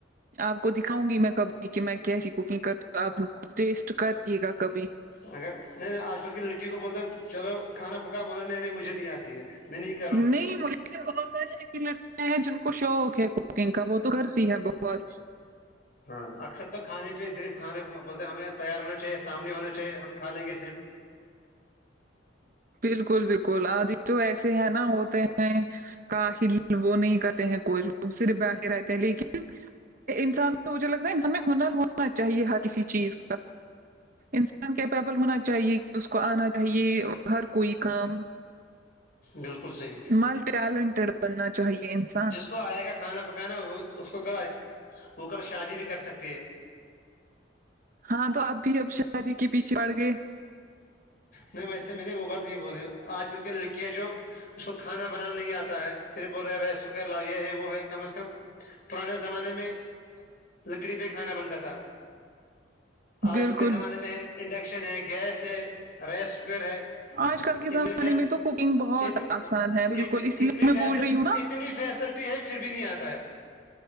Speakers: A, on the right; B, on the left.
A: آپ کو دکھاؤں گی میں کبھی کہ میں کیسی کوکنگ کر آپ ٹیسٹ کریے گا کبھی
B: اگر نہیں نہیں آج کل کی لڑکیوں کو بولتا ہے چلو کھانا پکا بولا نہیں نہیں مجھے نہیں آتی ہے میں نہیں کروں گی
A: نہیں مجھے بہت ساری ایسی لڑکیاں ہیں جن کو شوق ہے کوکنگ کا وہ تو کرتی ہے بہت جچ
B: ہاں اکثر تو کھانے پہ صرف کھانے بولتے ہمیں تیار ہونا چاہیے سامنے ہونا چاہیے ہم کھا لیں گے صرف
A: بالکل بالکل آدھی تو ایسے ہے نا ہوتے ہیں کا ہل وہ نہیں کرتے ہیں کوچ وہ صرف بیٹھے رہتے ہیں لیکن انسان مجھے لگتا ہے انسان میں ہنر ہونا چاہیے ہر کسی چیز انسان کیپیبل ہونا چاہیے کہ اس کو آنا چاہیے ہر کوئی کام
B: بالکل صحیح
A: ملٹی ٹیلنٹیڈ بننا چاہیے انسان
B: اس کو آئے گا کھانا پکانا اس کو ک وہ کل شادی بھی کر سکتی ہے
A: ہاں تو اب بھی اب شادی کے پیچھے پڑ گئے
B: نہیں ویسے میں نے وہ بات نہیں بول آج کل کی لڑکیاں جو اس کو کھانا بنانا نہیں آتا ہے صرف بول رہ لا یہ ہے وہ ہے کم از کم پرانے زمانے میں لکڑی پہ کھانا بنتا تھا
A: بالکل
B: آج کل کے زمانے میں انڈکشن ہے گیس ہے رائس کوکر ہے
A: آج کل کے زمانے
B: اتنے فیض
A: میں تو کوکنگ بہت
B: اتنی
A: آسان ہے بالکل
B: اتنی
A: اس لیے
B: اتنی
A: میں
B: فیضے
A: بول رہی
B: اتنی
A: ہوں نا
B: اتنی فیسلٹی ہے پھر بھی نہیں آتا ہے